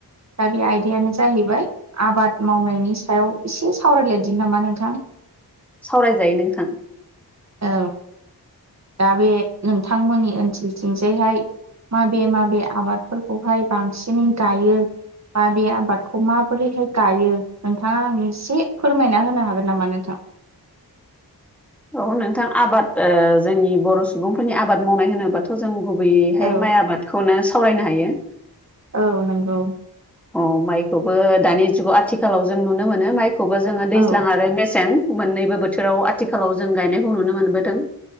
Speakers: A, on the right (about 45°); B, in the centre.
A: दा बे आयदायानो जाहैबाय आबाद मावनायनि सायाव एसे सावरायलायदि नामा नोंथां
B: सावरायजायो नोंथां।
A: औ दा बे नोंथांमोननि ओनसोलथिंजायहाय माबे माबे आबादफोरखौहाय बांसिनै गायो बा बे आबादखौ माबोरैहाय गायो नोंथाङा आंनो एसे फोरमायना होनो हागोन नामा नोंथां? <inaudible>
B: औ नोंथां आबाद ओ जोंनि बर' सुबुंफोरनि आबाद मावनाय होनोबाथ' जों गु गुबैयैहाय
A: औ
B: माइ आबादखौनो सावरायनो हायो।
A: औ नंगौ।
B: अ माइखौबो दानि जुगाव आथिखालाव जों नुनो मोनो माइखौबो जोङो दैज्लां
A: औ
B: आरो मेसें मोननैबो बोथोराव आथिखालाव जों गायनायखौ नुनो मोनबोदों।